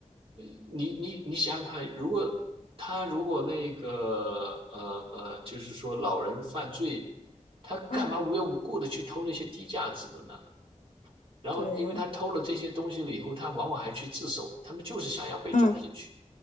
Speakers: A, on the right; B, on the left.
A: 呃你你你想想看，如果他如果那个呃呃，就是说老人犯罪，他干嘛无缘无故的去偷那些低价值的呢？
B: 嗯，
A: 然后，
B: 对，
A: 因为他偷了这些东西了以后，他往往还去自首，他们就是想要被抓进去。
B: 嗯。